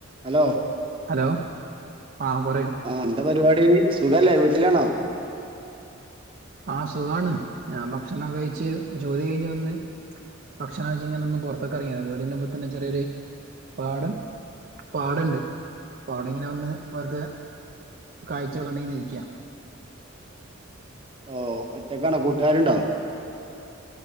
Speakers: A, on the right; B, on the right.
A: Hello
B: hello ആഹ് പറയൂ
A: ആഹ് എന്താ പരിപാടി സുഖല്ലേ വീട്ടിലാണോ?
B: ആ സുഖാണ് ഞാൻ ഭക്ഷണം കഴിച്ചു ജോലി കഴിഞ്ഞ് വന്ന് ഭക്ഷണഴിച്ച് ഇങ്ങനൊന്നു പുറത്തേക്കിറങ്ങിയതാ വീടിന്റെ മുമ്പിൽ തന്നെ ചെറിയൊരു പാടം പാടണ്ട് അവടെ ഇങ്ങനെ വന്ന് വെറുതെ കാഴ്ചെക്കെ കണ്ട് ഇരിക്കാ
A: ഓ ഒറ്റക്കാണോ കൂട്ടുകാരുണ്ടോ?